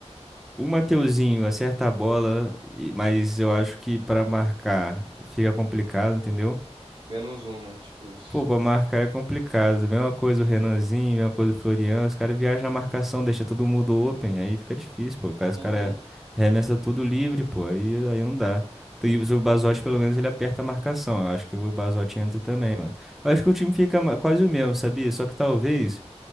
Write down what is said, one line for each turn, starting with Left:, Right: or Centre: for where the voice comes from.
Centre: o Mateuzinho acerta a bola, e- mas eu acho que pra marcar fica complicado, entendeu?
Right: Menos um, né? Tipo isso.
Centre: Pô, pra marcar é complicado. Mesma coisa o Renanzinho, mesma coisa o Florian. Os caras viajam na marcação, deixa todo mundo open. Aí fica difícil, pô. Os
Right: Uhum.
Centre: caras remessa tudo livre, pô. Aí, aí não dá. Então, E o Bazotti, pelo menos, ele aperta a marcação. Eu acho que o Bazotti entra também,
Right: É.
Centre: mano. Eu acho que o time fica ma- quase o mesmo, sabia? Só que talvez.